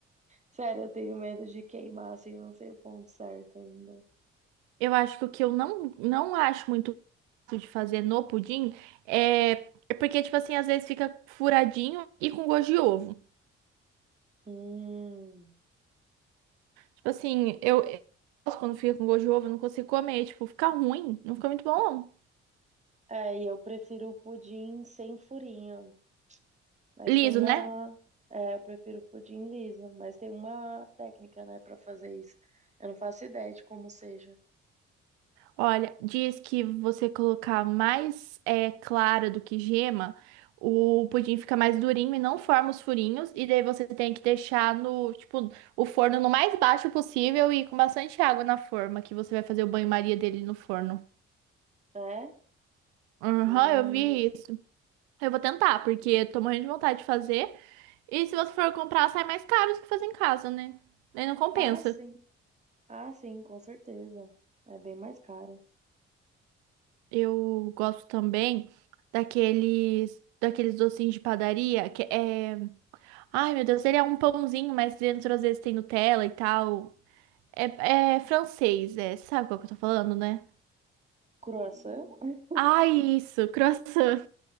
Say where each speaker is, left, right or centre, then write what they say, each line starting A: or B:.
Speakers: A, on the right; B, on the right.
A: Sério, eu tenho medo de queimar, assim, eu não sei o ponto certo ainda.
B: Eu acho que o que eu não, não acho muito fácil de fazer no pudim é, é porque, tipo assim, às vezes fica furadinho e com gosto de ovo.
A: Hum.
B: Tipo assim, eu, eu gosto quando fica com gosto de ovo, eu não consigo comer. Tipo, fica ruim, não fica muito bom, não.
A: É, e eu prefiro o pudim sem furinho, mas
B: Liso,
A: tem uma.
B: né?
A: É, eu prefiro o pudim liso, mas tem uma técnica, né, pra fazer isso. Eu não faço ideia de como seja.
B: Olha, diz que você colocar mais é, clara do que gema, o pudim fica mais durinho e não forma os furinhos. E daí você tem que deixar no, tipo, o forno no mais baixo possível e com bastante água na forma, que você vai fazer o banho-maria dele no forno.
A: É?
B: Aham,
A: Hum.
B: eu vi isso. Eu vou tentar, porque eu tô morrendo de vontade de fazer. E se você for comprar, sai mais caro do que fazer em casa, né? Aí não compensa.
A: Ah, sim. Ah, sim, com certeza. É bem mais caro.
B: Eu gosto também daqueles, daqueles docinhos de padaria que é. Ai, meu Deus, ele é um pãozinho, mas dentro às vezes tem Nutella e tal. É, é francês, é. Sabe qual que eu tô falando, né?
A: Croissant? <laughs>
B: Ai, isso, croissant.